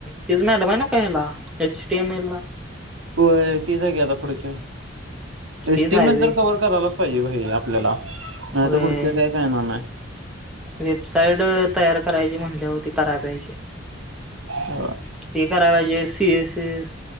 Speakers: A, in the centre; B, on the right (about 85°).
A: तीच मॅडम हाय ना का, हेला एच टी एम एल ला
B: होय. तीच आहे कि, आता पुढच्या एच
A: तेच
B: टी
A: आहे
B: एम एल
A: व्हय
B: तर कवर करायलाच पाहिजे भाई आपल्याला, नाही
A: व्हय.
B: तर पुढचे काय कळणार नाही.
A: वेबसाईट तयार करायची म्हटल्यावरती कराय पाहिजे.
B: व्हय.
A: ते कराय पाहिजे, सी एस एस